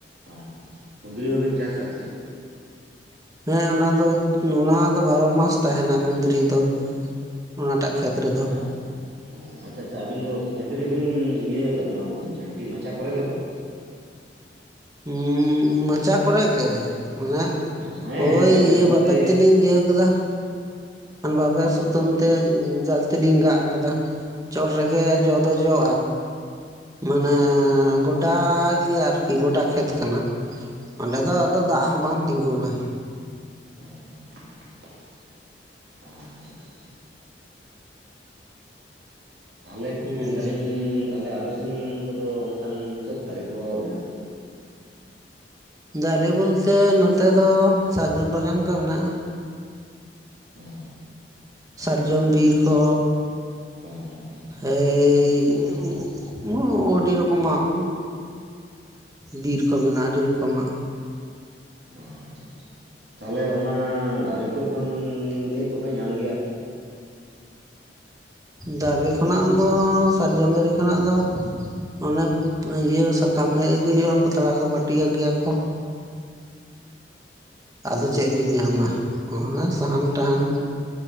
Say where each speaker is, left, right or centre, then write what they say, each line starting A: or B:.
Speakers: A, on the right; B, on the right.
A: ᱟᱪᱪᱷᱟ ᱟᱪᱪᱷᱟ ᱠᱩᱸᱫᱽᱨᱤ ᱦᱚᱸᱵᱤᱱ ᱪᱟᱥ ᱟᱠᱟᱫ ᱜᱮᱭᱟ?
B: ᱦᱮᱸ ᱚᱱᱟ ᱫᱚ ᱚᱱᱟ ᱫᱚ ᱵᱟᱨᱚ ᱢᱟᱥ ᱛᱟᱦᱮᱱᱟ ᱠᱩᱸᱫᱽᱨᱤ ᱫᱚ᱾ ᱚᱱᱟᱴᱟᱜ ᱠᱷᱮᱛ ᱨᱮᱫᱚ
A: ᱟᱡ ᱚ ᱟᱪᱪᱷᱟ ᱟᱪᱪᱷᱟ ᱟᱵᱤᱱ ᱫᱚ ᱠᱷᱮᱛ ᱨᱮᱵᱤᱱ ᱤᱭᱟᱹ ᱟᱠᱟᱫᱟ ᱱᱚᱣᱟ ᱡᱷᱟᱱᱴᱤ ᱢᱟᱪᱟ ᱠᱚᱨᱮ ᱫᱚ ᱵᱟᱝ᱾
B: ᱦᱩᱸ ᱢᱚᱪᱟ ᱠᱚᱨᱮ ᱜᱮ <unintelligible>
A: ᱢᱟᱪᱷᱟ ᱦᱮᱸ
B: ᱳᱭ
A: ᱢᱟᱪᱟ
B: ᱤᱭᱟᱹ
A: ᱵᱚᱞᱛᱮ
B: ᱵᱟᱵᱮᱨ ᱛᱮᱞᱤᱧ ᱤᱭᱟᱹ ᱠᱟᱫᱟ᱾
A: ᱚ
B: ᱵᱟᱵᱮᱨ ᱥᱩᱛᱟᱹᱢ ᱛᱮ ᱡᱚᱞᱛᱤᱞᱤᱧ ᱜᱟᱜ ᱟᱠᱟᱫᱟ ᱪᱚᱴ ᱨᱮᱜᱮ
A: ᱚ
B: ᱡᱚ ᱫᱚ ᱡᱚᱜᱼᱟ᱾ ᱢᱟᱱᱮ
A: ᱟᱪᱪᱷᱟ ᱟᱪᱪᱷᱟ
B: ᱜᱚᱰᱟ ᱜᱮ ᱟᱨᱠᱤ ᱜᱚᱰᱟ ᱠᱷᱮᱛ ᱠᱟᱱᱟ᱾ ᱚᱸᱰᱮ
A: ᱟᱪᱪᱷᱟ
B: ᱫᱚ ᱟᱫᱚ ᱫᱟᱜ ᱦᱚᱸ ᱵᱟᱝ ᱛᱤᱸᱜᱩᱱᱟ᱾
A: ᱩᱸᱻᱩᱸ <inaudible> ᱟᱪᱪᱷᱟ ᱟᱪᱪᱷᱟ ᱪᱷᱟ ᱛᱟᱦᱚᱞᱮ
B: ᱦᱩᱸ
A: ᱢᱮᱱᱫᱟᱞᱤᱧ ᱛᱟᱦᱚᱞᱮ ᱟᱯᱮᱥᱮᱱ ᱠᱚᱫᱚ ᱚᱱᱠᱟᱱ ᱪᱮᱫ ᱫᱟᱨᱮ ᱠᱚ ᱢᱮᱱᱟᱜᱼᱟ
B: ᱫᱟᱨᱮ ᱵᱚᱞᱛᱮ ᱱᱚᱛᱮ ᱫᱚ ᱥᱟᱨᱡᱚᱢ ᱵᱟᱜᱟᱱ ᱠᱚ ᱢᱮᱱᱟᱜᱼᱟ᱾
A: ᱚ
B: ᱥᱟᱨᱡᱚᱢ
A: ᱟᱪᱪᱷᱟ
B: ᱵᱤᱨ
A: ᱟᱪᱪᱷᱟ
B: ᱠᱚ
A: <unintelligible>
B: ᱮᱭ <unintelligible> ᱟᱹᱰᱤ ᱨᱚᱠᱚᱢᱟᱜ ᱵᱤᱨ ᱠᱚ ᱢᱮᱱᱟᱜᱼᱟ ᱟᱹᱰᱤ ᱨᱚᱠᱚᱢᱟᱜ
A: ᱚ ᱟᱪᱪᱷᱟ ᱟᱪᱪᱷᱟ ᱛᱟᱦᱚᱞᱮ ᱚᱱᱟ ᱫᱟᱨᱮ ᱠᱚ ᱠᱷᱚᱱ ᱪᱮᱫ ᱠᱚᱯᱮ ᱧᱟᱢ ᱜᱮᱭᱟᱯᱮ
B: ᱫᱟᱨᱮ ᱠᱷᱚᱱᱟᱜ ᱫᱚ ᱥᱟᱨᱡᱚᱢ ᱫᱟᱨᱮ ᱠᱷᱚᱱᱟᱜ ᱫᱚ ᱚᱱᱮ ᱤᱭᱟᱹ ᱥᱟᱠᱟᱢ ᱦᱮᱡ ᱟᱹᱜᱩᱭ ᱦᱩᱭᱩᱜᱼᱟ ᱯᱟᱛᱲᱟ ᱠᱚ ᱯᱟᱹᱴᱤᱭᱟ ᱜᱮᱭᱟ ᱠᱚ
A: <inaudible>
B: ᱟᱫᱚ ᱪᱮᱫ ᱵᱤᱱ
A: ᱟᱪᱪᱷᱟ
B: ᱧᱟᱢᱟ ᱚᱱᱟ ᱥᱟᱦᱟᱱ ᱴᱟᱦᱟᱱ
A: ᱚ